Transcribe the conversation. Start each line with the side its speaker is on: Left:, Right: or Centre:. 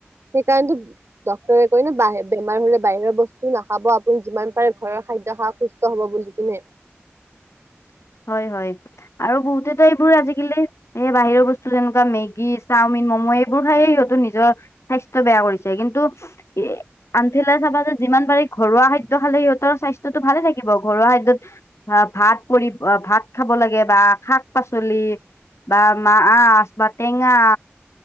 Right: সেইকাৰণতো ডক্তৰে কয় ন বাহিৰত বেমাৰ হ'লে বাহিৰৰ বস্তু নাখাব। আপুনি যিমান পাৰে ঘৰৰ খাদ্য খা সুস্থ হ'ব বুলি কিনে
Left: <inaudible> হয় হয় আৰু বহুতেতো এইবোৰ আজিকালি এই বাহিৰৰ বস্তু যেনেকুৱা মেগী, চাওমিন মম' এইবোৰ খায়ে সিহঁতো নিজৰ স্বাস্থ্য বেয়া কৰিছে কিন্তু এ আনফালে চাবা যে যিমান পাৰি ঘৰুৱা খাদ্য খালে সিহঁতৰ স্বাস্থ্যটো ভালে থাকিব ঘৰুৱা খাদ্যত অ' ভাত পৰি ভাত খাব লাগে বা শাক পাচলি বা মাছ, অ' বা টেঙা